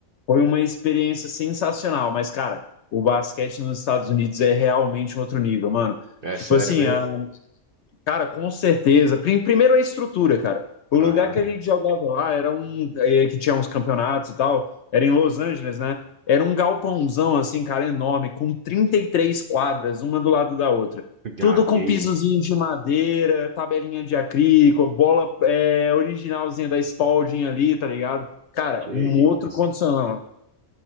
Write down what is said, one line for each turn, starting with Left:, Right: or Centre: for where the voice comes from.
Left: foi uma experiência sensacional, mas, cara, o basquete nos Estados Unidos é realmente um outro nível, mano.
Right: É
Left: Tipo
Right: sério
Left: assim,
Right: mesmo?
Left: a- cara, com certeza. Prim- Primeiro a estrutura, cara. O
Right: Aham.
Left: lugar que
Right: <laughs>
Left: a gente jogava lá era um. eh, que tinha uns campeonatos e tal. Era em Los Angeles, né? Era um galpãozão, assim, cara, enorme, com 33 quadras, uma do lado da outra. Tudo
Right: Ah, que
Left: com
Right: isso,
Left: pisozinho de madeira, tabelinha de acrílico, bola eh, originalzinha da Spalding ali, tá ligado? Cara,
Right: que
Left: um outro
Right: isso.
Left: condicional.